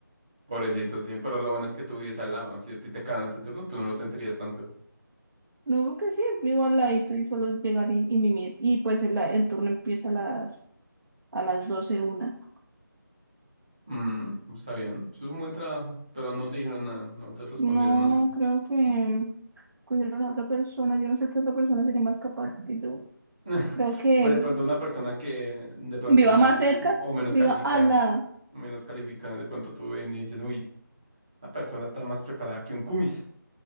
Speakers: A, on the right (about 15°); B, on the right (about 70°).
A: Pobrecito, sí. Pero lo bueno es que tú vives al lado. Si a ti te cagan ese turno, tú no lo sentirías tanto.
B: No, porque sí, vivo al ladito y solo es llegar y, y mimir. Y pues el, la- el turno empieza a las, a las doce una.
A: Mm, está bien. Eso es un buen trabajo. Pero no te dijeron nada. No te respondieron
B: No,
A: nada.
B: creo que cogieron a otra persona. Yo no sé qué otra persona sería más capaz que yo.
A: <laughs>
B: Creo que
A: Pues de pronto una persona que de pronto
B: viva
A: menos,
B: más cerca,
A: o menos
B: viva
A: calificada.
B: al lado.
A: Menos calificada. De pronto tú ven y dicen, uy, la persona está más preparada que un cumis.